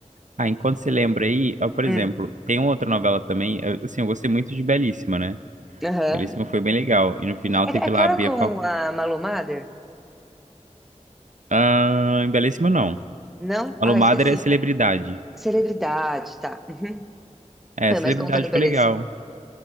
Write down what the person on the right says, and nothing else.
Ah, enquanto você lembra aí, ó, por
exemplo, tem uma outra novela também. eu- Assim, eu gostei muito de Belíssima, né?
Belíssima foi bem legal. E no final
teve
lá a Bia
Falcão.
Ah, em Belíssima não.
Alô
Madre
é
celebridade.
É,
celebridade
foi legal.